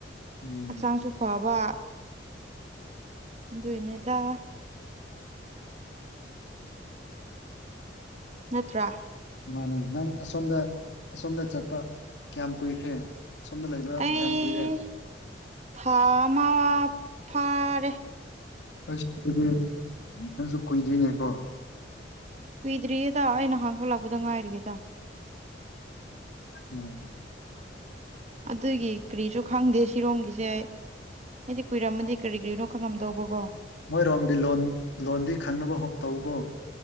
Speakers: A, on the left; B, on the right.
A: ꯎꯝ
B: ꯍꯛꯆꯥꯡꯁꯨ ꯐꯥꯕ ꯑꯗꯨꯏꯅꯦꯗ ꯅꯠꯇ꯭ꯔꯥ
A: ꯃꯥꯅꯦ ꯅꯪ ꯑꯁꯣꯝꯗ ꯑꯁꯣꯝꯗ ꯆꯠꯄ ꯀꯌꯥꯝ ꯀꯨꯏꯈ꯭ꯔꯦ ꯁꯣꯝꯗ ꯂꯩꯕ
B: ꯑꯩ
A: ꯀꯌꯥꯝ ꯀꯨꯏꯔꯦ
B: ꯊꯥ ꯑꯃꯥ ꯐꯔꯦ
A: ꯍꯥꯁ ꯑꯗꯨꯗꯤ ꯅꯪꯁꯨ ꯀꯨꯏꯗ꯭ꯔꯤꯅꯦꯀꯣ
B: ꯀꯨꯏꯗ꯭ꯔꯤꯌꯦꯗ ꯑꯩꯅ ꯍꯥꯡꯍꯜꯂꯥꯛꯄꯗ ꯉꯥꯏꯔꯤꯌꯦꯗ
A: ꯎꯝ
B: ꯑꯗꯨꯒꯤ ꯀꯔꯤꯁꯨ ꯈꯪꯗꯦ ꯁꯤꯔꯣꯝꯒꯤꯁꯦ ꯑꯩꯗꯤ ꯀꯨꯏꯔꯝꯃꯗꯤ ꯀꯔꯤ ꯀꯔꯤꯔꯣ ꯈꯪꯉꯝꯗꯧꯕꯀꯣ
A: ꯃꯣꯏꯔꯣꯝꯒꯤ ꯂꯣꯟ ꯂꯣꯟꯗꯤ ꯈꯪꯅꯕ ꯍ ꯇꯧꯕ꯭ꯔꯣ